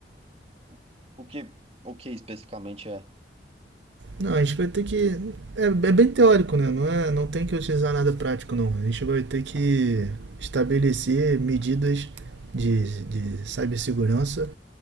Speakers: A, on the right; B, on the right.
A: o, o que, o que especificamente é?
B: Não, a gente vai ter que. É, é bem teórico, né? Não, é, não tem que utilizar nada prático, não. A gente vai ter que estabelecer medidas de, de cibersegurança